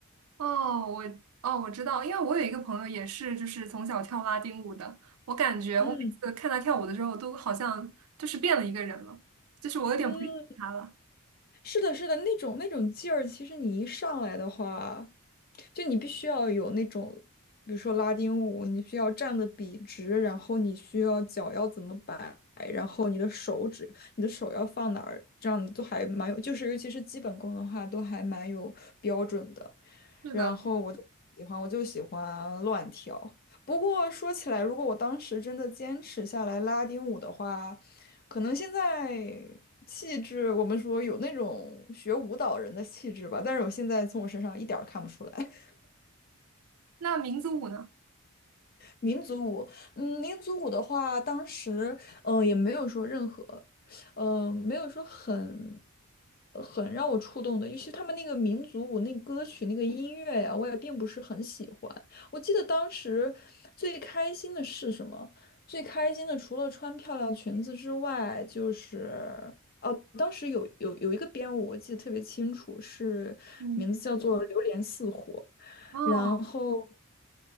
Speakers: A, on the right; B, on the left.
A: 哦，我哦，我知道，因为我有一个朋友也是，就是从小跳拉丁舞的。我感觉我每次看他跳舞的时候，
B: 嗯
A: 都好像就是变了一个人了，就是我有点不认识他了。
B: 嗯，是的，是的，那种那种劲儿，其实你一上来的话，就你必须要有那种，比如说拉丁舞，你需要站的笔直，然后你需要脚要怎么摆，然后你的手指，你的手要放哪儿，这样都还蛮有，就是尤其是基本功的话，都还蛮有标准的。
A: 是的，
B: 然后我就喜欢，我就喜欢乱跳。不过说起来，如果我当时真的坚持下来拉丁舞的话，可能现在气质，我们说有那种学舞蹈人的气质吧，但是我现在从我身上一点儿看不出来。
A: 那民族舞呢？
B: 民族舞，嗯，民族舞的话，当时嗯，也没有说任何，呃没有说很呃很让我触动的，尤其他们那个民族舞那歌曲那个音乐呀，我也并不是很喜欢。我记得当时最开心的是什么？最开心的除了穿漂亮裙子之外，就是哦，当时有有有一个编舞，我记得特别清楚，是名字叫做《榴莲似火》。
A: 嗯，哦，
B: 然后